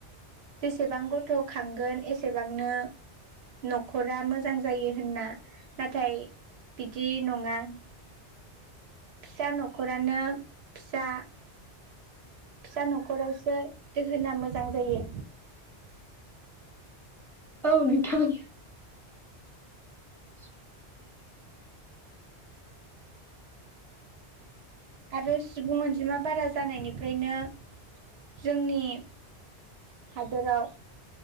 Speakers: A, on the right (about 70°); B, in the centre.
A: जेसेबां गथ' खांगोन एसेबांनो न'खरा मोजां जायो होनना नाथाय बिदि नङा फिसा न'खरानो फिसा फिसा न'खरावसो दोहोना मोजां जायो।
B: औ नोथां। <inaudible>
A: आरो सुबुं अनजिमा बारा जानायनिफ्रायनो जोंनि हादोराव